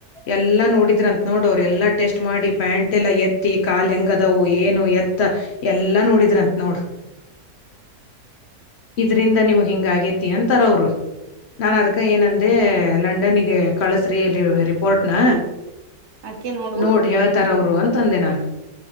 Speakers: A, on the left (about 70°); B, on the right (about 60°).
A: ಎಲ್ಲಾ ನೋಡಿದ್ರಂತ ನೋಡ ಅವ್ರು ಎಲ್ಲಾ ಟೆಸ್ಟ್ ಮಾಡಿ ಪ್ಯಾಂಟ್ ಎಲ್ಲ ಎತ್ತಿ ಕಾಾಲ ಹೆಂಗದವು ಏನು ಎತ್ತ ಎಲ್ಲಾ ನೋಡಿದ್ರಂತ ನೋಡ ಇದ್ರಂದ ನಿಮಗ್ ಹಿಂಗ ಆಗೇತಿ ಅಂತಾರ ಅವ್ರು ನಾನ್ ಅದ್ಕ ಏನಂದೆ ಲಂಡನ್ಗೆ ಕಳಸ್ರಿ ರಿಪೋರ್ಟ್ನ
B: ಹ್ಮ್ ಅದ್ಕೆ ನೋಡು
A: ನೋಡ್ರಿ ಯಳ್ತರ ಅವರು ಅಂತಂದೆ ನಾನು